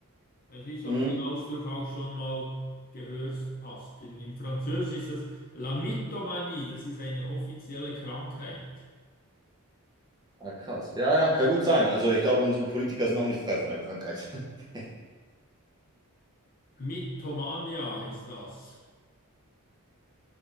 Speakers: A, on the left; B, on the right.
A: Weiß nicht,
B: Mhm.
A: ob du den Ausdruck auch schon mal gehört hast. In, Im Französischen ist das La Mythomanie, das ist eine offizielle Krankheit.
B: Ah, krass. Ja, ja, kann gut sein. Also ich glaube, unsere Politiker sind auch nicht frei von der Krankheit. <laughs>
A: Mythomania ist das.